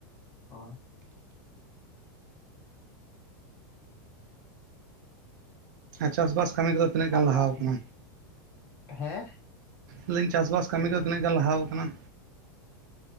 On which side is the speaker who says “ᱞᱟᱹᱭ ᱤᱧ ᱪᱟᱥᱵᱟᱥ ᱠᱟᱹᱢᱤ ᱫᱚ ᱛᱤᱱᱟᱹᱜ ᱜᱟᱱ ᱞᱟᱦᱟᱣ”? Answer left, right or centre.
Right